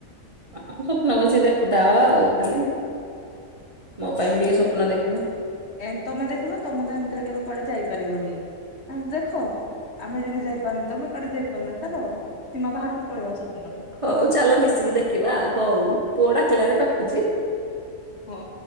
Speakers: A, on the right (about 30°); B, on the left (about 50°).
A: ହଁ ସ୍ୱପ୍ନ ବସି ଦେଖୁଥା ଅ ଖାଲି ମୋ ପାଇଁ ବି ଟିକେ ସ୍ୱପ୍ନ ଦେଖିବ।
B: ଏଁ ତମେ ଦେଖୁନ ତମେ ତ ଏମିତିରେ କେବେ କୁଆଡେ ଯାଇପାରିବନି। ଆଁ ଦେଖ ଆମେ ଯେମିତି ଯାଇପାରୁନୁ ତମେ କୁଆଡେ ଯାଇପାରୁନ ଚାଲ। ସୀମା ବାହାରକୁ ପଳେଇବା ସ୍ୱପ୍ନରେ।
A: ହୋଉ ଚାଲ ମିଶିକି ଦେଖିବା ଆଉ ହୋଉ ପୁଅ ଡାକିଲାଣି ରଖୁଚି?
B: ହୋଉ।